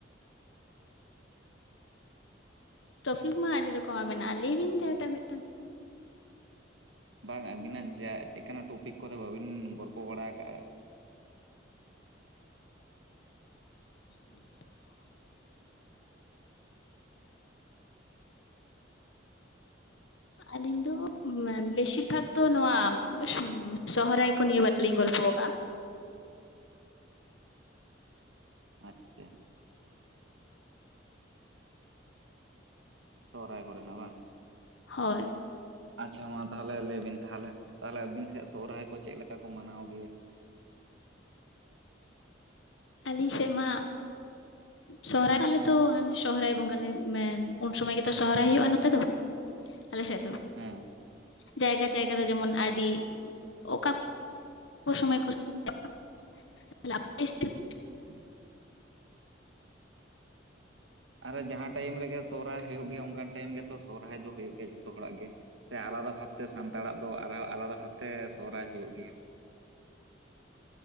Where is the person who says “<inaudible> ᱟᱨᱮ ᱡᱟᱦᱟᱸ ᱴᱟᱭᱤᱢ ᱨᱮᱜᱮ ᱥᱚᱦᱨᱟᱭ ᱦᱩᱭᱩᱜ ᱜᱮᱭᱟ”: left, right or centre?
Right